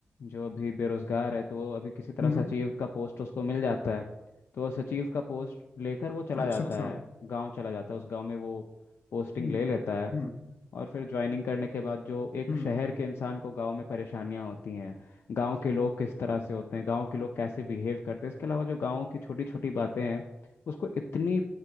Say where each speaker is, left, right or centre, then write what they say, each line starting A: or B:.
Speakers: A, on the left; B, on the left.
A: जो अभी बेरोजगार है तो वो अभी किसी तरह
B: हम्म
A: सचिव का पोस्ट उसको मिल जाता है तो वो सचिव का पोस्ट लेकर वो चला
B: अच्छा
A: जाता
B: अच्छा
A: है गांव चला जाता है उस गांव में वो पोस्टिंग
B: हम्म
A: ले लेता है
B: हम्म
A: और फिर ज्वाइनिंग करने के बाद जो एक
B: हम्म
A: शहर के इंसान को गांव में परेशानियां होती हैं गांव के लोग किस तरह से होते हैं गांव के लोग कैसे बिहेव करते हैं इसके अलावा जो गांव की छोटी छोटी बातें हैं उसको इतनी